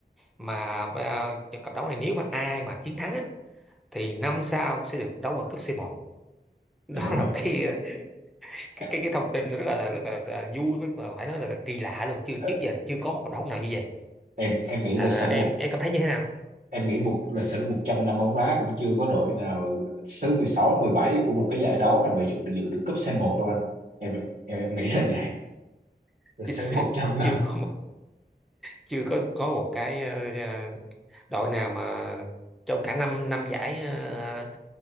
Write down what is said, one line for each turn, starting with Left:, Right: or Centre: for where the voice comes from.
Centre: mà ờ, cặp đấu này nếu mà ai mà chiến thắng á, thì năm sau sẽ được đấu ở cúp c một <laughs> đó
Right: dạ đúng
Centre: là
Right: rồi
Centre: cái ờ, cái
Right: Ê,
Centre: cái cái thông tin nó rất là rất là, là vui rất là phải nói là kỳ lạ luôn chưa
Right: ê,
Centre: trước giờ chưa có một cộng đồng nào như vậy
Right: em em nghĩ
Centre: à,
Right: lịch sử
Centre: em
Right: một
Centre: em cảm thấy như thế nào
Right: em nghĩ một lịch sử 100 năm bóng đá cũng chưa có đội nào thứ mười sáu, mười bảy của một cái giải đấu nào mà dự được dự được cúp c một đâu anh em em em nghĩ là vậy
Centre: <laughs>
Right: lịch
Centre: chính
Right: sử
Centre: xác
Right: một trăm năm
Centre: chưa có một chưa có có một cái ờ, ờ, đội nào mà trong cả năm năm giải ờ,